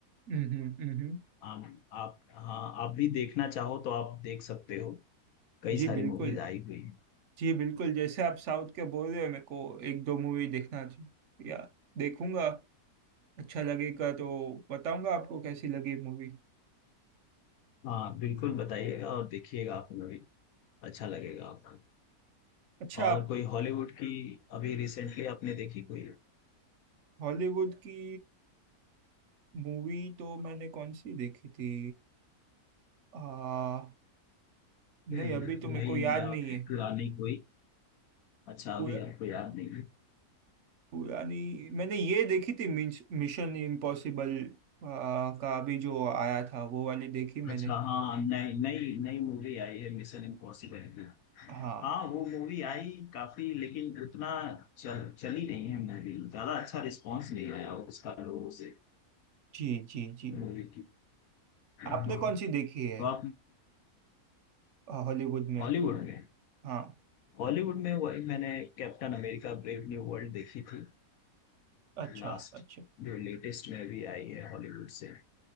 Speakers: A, on the right; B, on the left.
A: हम्म हम्म हम्म, हम्म।
B: आप आप हाँ आप भी देखना चाहो तो आप देख सकते हो कई
A: जी
B: सारी
A: बिल्कुल
B: मूवीज आई हुई हैं
A: जी बिल्कुल जैसे आप साउथ के बोल रहे हो मेरे को एक दो मूवी देखना चाहिए या देखूंगा अच्छा लगेगा तो बताऊंगा आपको कैसी लगी मूवी
B: हाँ बिल्कुल बताइएगा और देखिएगा आप मूवी अच्छा लगेगा आपको
A: अच्छा
B: और
A: आप
B: कोई हॉलीवुड की अभी रिसेंटली आपने देखी कोई
A: हॉलीवुड की मूवी तो मैंने कौन सी देखी थी आ, नहीं
B: कोई
A: अभी तो मेरे
B: नई
A: को याद
B: या
A: नहीं
B: फिर
A: है
B: पुरानी कोई अच्छा अभी
A: पुरा,
B: आपको याद नहीं है
A: पुरानी मैंने ये देखी थी मिश, मिशन इम्पॉसिबल आ, का अभी जो आया था वो वाली देखी मैंने
B: अच्छा हाँ नई नई नई मूवी आई है मिशन इम्पॉसिबल की
A: हाँ
B: हाँ वो मूवी आई काफी लेकिन उतना चल चली नहीं है मूवी ज्यादा अच्छा रिस्पांस नहीं आया उसका लोगों से
A: जी जी जी
B: मूवी हाँ
A: आपने कौन सी देखी है
B: तो आप
A: अ, हॉलीवुड में
B: हॉलीवुड में
A: हाँ
B: हॉलीवुड में वही मैंने Captain America brave new World देखी थी
A: अच्छा
B: लास्ट
A: अच्छा
B: जो लेटेस्ट में भी आई है हॉलीवुड से